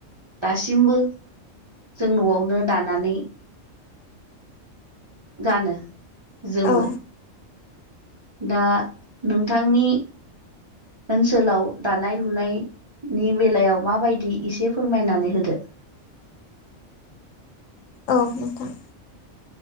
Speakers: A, on the right; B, on the left.
A: दासिमबो जों न'आवनो दानानै गानो
B: औ
A: जोमो
B: औ
A: दा नोंथांनि ओनसोलाव दानाय लुनायनि बेलायाव माबायदि एसे फोरमायनानै होदो।
B: औ नोंथां।